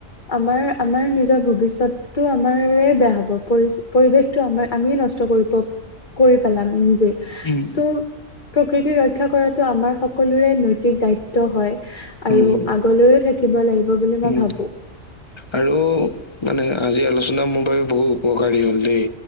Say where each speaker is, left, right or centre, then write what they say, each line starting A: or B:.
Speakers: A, on the left (about 40°); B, on the left (about 25°).
A: আমাৰ আমাৰ নিজৰ ভৱিষ্যত টো আমাৰে বেয়া হ'ব। পৰিচ পৰিৱেশটো আমাৰ আমিয়ে নষ্ট কৰি <unintelligible> কৰি পেলাম নিজেই।
B: উম,
A: ত' প্ৰকৃতি ৰক্ষা কৰা টো আমাৰ সকলোৰে নৈতিক দায়িত্ব হয়।
B: উম,
A: আৰু
B: উম,
A: আগলৈয়ো থাকিব লাগিব বুলি
B: উম,
A: মই ভাবোঁ।
B: আৰু মানে আজি আলোচনা মোৰ বাবে বহু উপকাৰী হ'ল দেই।